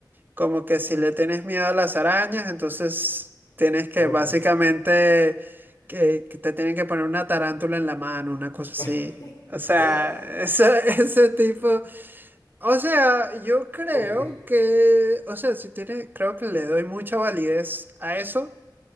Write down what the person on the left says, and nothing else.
Oh,
no.
<laughs>
Ah,
ok,